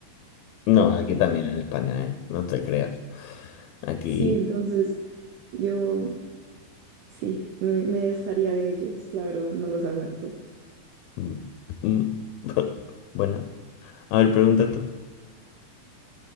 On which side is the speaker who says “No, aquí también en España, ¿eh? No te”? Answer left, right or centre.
Left